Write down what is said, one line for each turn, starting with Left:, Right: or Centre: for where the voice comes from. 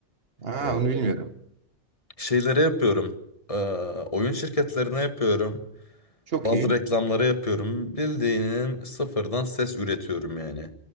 Right: Aa,
Left: Eee
Right: onu bilmiyorum.
Left: şeylere yapıyorum. Eee, oyun şirketlerine yapıyorum.
Right: Çok
Left: Bazı
Right: iyi.
Left: reklamlara yapıyorum. Bildiğinin sıfırdan ses üretiyorum yani.